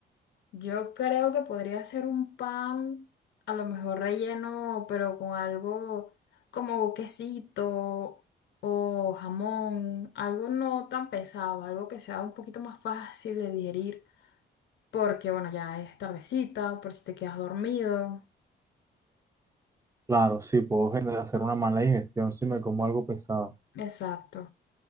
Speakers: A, on the left; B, on the right.
A: Yo creo que podría ser un pan, a lo mejor relleno, pero con algo como quesito o jamón, algo no tan pesado, algo que sea un poquito más fácil de digerir, porque bueno, ya es tardecita, por si te quedas dormido.
B: Claro, sí, puedo generar hacer una mala digestión si me como algo pesado.
A: Exacto.